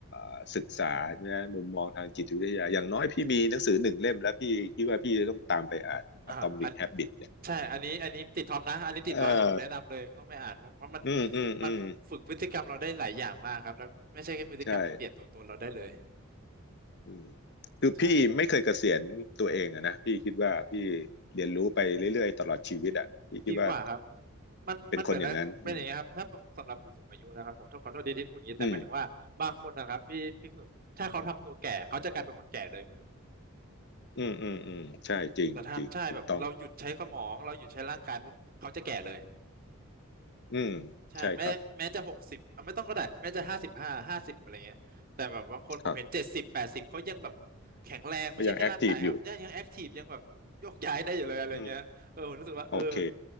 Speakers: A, on the left; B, on the right.
A: อศึกษานะมุมมองทางจิตวิทยาอย่างน้อยพี่มีหนังสือหนึ่งเล่มแล้วพี่คิดว่าพี่จะต้องตามไปอ่าน
B: อ่าอัน
A: Atomic Habit เนี่ย <laughs>
B: ใช่อันนี้อันนี้ติดท็อปนะอันนี้ติดท็อปอันนี้ผมแนะนำเลยต้องไปอ่านเพราะมัน
A: เอออืมอืมอืม
B: มันฝึกพฤติกรรมเราได้หลายอย่างมากครับแล้วไม่ใช่แค่พฤติกรรมมันเปลี่ยนตัวตนเราได้เลย
A: ใช่อืมคือพี่ไม่เคยเกษียณตัวเองอะนะพี่คิดว่าพี่
B: ใช่
A: เรียนรู้ไปเรื่อยๆตลอดชีวิตอะพี่คิดว่า
B: ดีกว่าครับมันมันเหมือนแล้วเป็นอย่างเงี้ยครับถ้าเป็นสำหรับผู้สูงอายุนะครับผมขอโทษดีที่พูดอย่างนี้แต่หมายถึงว่าบางคนนะครับพี่พี่สุดถ้าเขาทำตัวแก่เขาจะกลายเป็นคนแก่เลยพี่สุด
A: เป็นคนอย่างนั้นอืมอืมอืมอืมอืมใช่จริงจริงถูกต้อง
B: อืมแต่ถ้าใช่แบบเราหยุดใช้สมองเราหยุดใช้ร่างกายปุ๊บเขาจะแก่เลย
A: อืมใช่ครับ
B: ใช่แม้แม้จะหกสิบเอาไม่ต้องก็ได้แม้จะห้าสิบห้าห้าสิบอะไรเงี้ยแต่แบบบางคนผมเห็นเจ็ดสิบแปดสิบเขายังแบบแข็งแรงไม่ใช่แค่ร่างกายครับยังยังแอคทีฟยังแบบโยกย้ายได้อยู่เลยอะไรเงี้ยเออผมรู้สึกว่าเออ
A: ครับก็ยังแอคทีฟอยู่อืมโอเค